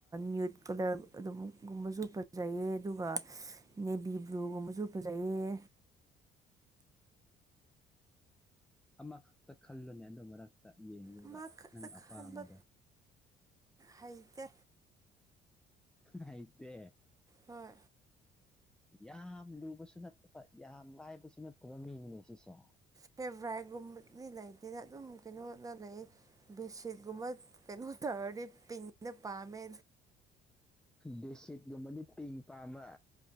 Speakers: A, on the right; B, in the centre.
A: ꯅ꯭ꯌꯨꯠ ꯀꯂꯔ ꯑꯗꯨꯒꯨꯝꯕꯁꯨ ꯐꯖꯩꯌꯦ ꯑꯗꯨꯒ ꯅꯦꯕꯤ ꯕ꯭ꯂꯨꯒꯨꯝꯕꯁꯨ ꯐꯖꯩꯌꯦ
B: ꯑꯃꯈꯛꯇ ꯈꯜꯂꯨꯅꯦ ꯑꯗꯨ ꯃꯔꯛꯇ ꯌꯦꯡꯉꯦꯕ
A: ꯑꯃꯈꯛꯇ
B: ꯅꯪ
A: ꯈꯟꯕ
B: ꯑꯄꯥꯝꯕꯗ
A: ꯍꯩꯇꯦ
B: ꯍꯩꯇꯦ
A: ꯍꯣꯏ
B: ꯌꯥꯝ ꯂꯨꯕꯁꯨ ꯅꯠꯇꯕ ꯌꯥꯝ ꯂꯥꯏꯕꯁꯨ ꯅꯠꯇꯕ ꯃꯤꯅꯤꯅꯦ ꯁꯤꯁꯦ
A: ꯐꯦꯚ꯭ꯔꯥꯏꯒꯨꯝꯕꯗꯤ ꯂꯩꯇꯦꯅ ꯑꯗꯨꯝ ꯀꯩꯅꯣꯗ ꯂꯩꯌꯦ ꯕꯦꯁꯤꯛꯒꯨꯝꯕ ꯀꯩꯅꯣ ꯇꯧꯔꯗꯤ ꯄꯤꯡꯅ ꯄꯥꯝꯃꯦ
B: ꯗꯦꯁꯤꯠꯀꯨꯝꯕꯗꯤ ꯄꯤꯡꯛ ꯄꯥꯝꯕ